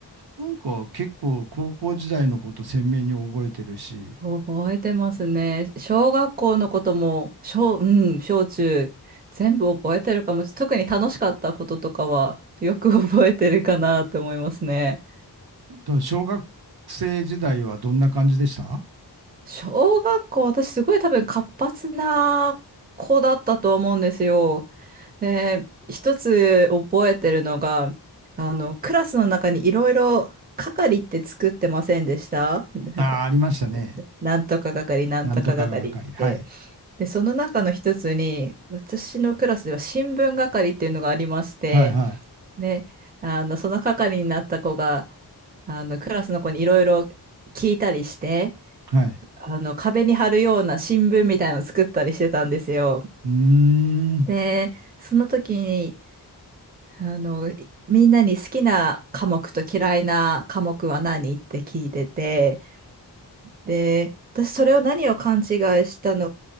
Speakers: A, on the right (about 65°); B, on the right (about 20°).
A: なんか結構高校時代のこと鮮明に覚えてるし、
B: 覚えてますね。小学校のことも、小、うん、小中、全部覚えてるかもし、特に楽しかったこととかは、よく <laughs> 覚えてるかなって思いますね。
A: と小学生時代はどんな感じでしたあ
B: 小学校、私すごい多分活発な子だったと思うんですよ。で、一つ覚えてるのが、あの、クラスの中にいろいろ係って作ってませんでしたなんかこ
A: あー、ありましたね。
B: うなんとか係、なんとか係って。
A: なんとかがかり。はい。
B: で、その中の一つに、私のクラスでは新聞係っていうのがありまして、
A: はい、はい、
B: ね、あの、その係になった子が、あの、クラスの子にいろいろ聞いたりして、
A: はい。
B: あの、壁に貼るような新聞みたいなのを作ったりしてたんですよ。
A: うーん。
B: で、その時に、あの、いみんなに好きな科目と嫌いな科目は何って聞いてて、で、私それを何を勘違いしたの